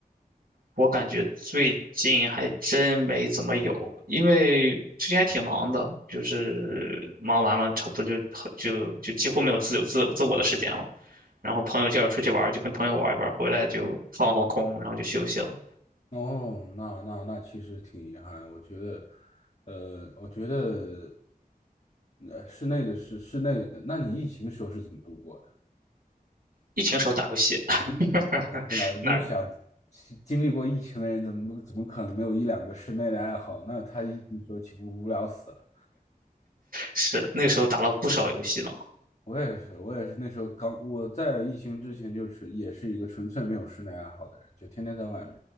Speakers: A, on the right; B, on the left.
A: 我感觉最近还真没怎么有，因为最近还挺忙的，就是忙完了差不多就就就几乎没有自由自自我的时间了。然后朋友叫我出去玩儿，就跟朋友玩一玩儿，回来就放放空，然后就休息了。
B: 哦，那那那其实挺遗憾的。我觉得，呃，我觉得，呃，室内的是室内的那你疫情时候是怎么度过的？
A: 疫情时候打游戏，<laughs>
B: 嗯，对吧？我就想，
A: 那
B: 经历过疫情的人，怎么怎么可能没有一两个室内的爱好？那他疫情时候岂不无聊死了？
A: 是那时候打了不少游戏呢。
B: 我也是，我也是那时候刚我在疫情之前就是也是一个纯粹没有室内爱好的人，就天天在外面，